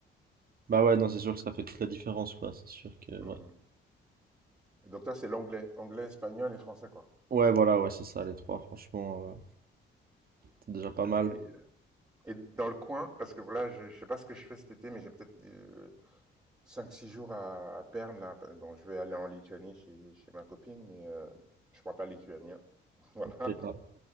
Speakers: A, on the right; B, on the right.
A: Bah ouais, non, c'est sûr que ça fait toute la différence, quoi. C'est sûr que,
B: Mm,
A: ouais.
B: mm. Et donc, toi, c'est l'anglais, anglais, espagnol et français, quoi.
A: Ouais, voilà, ouais, c'est ça, les trois, franchement, euh, c'est déjà pas mal.
B: Et, euh, et dans le coin, parce que voilà, je, je sais pas ce que je fais cet été, mais j'ai peut-être euh, cinq six jours à, à perdre, là. Bon, je vais aller en Lituanie chez, chez ma copine, mais euh, je parle pas lituanien, <laughs> voilà.
A: C'est pas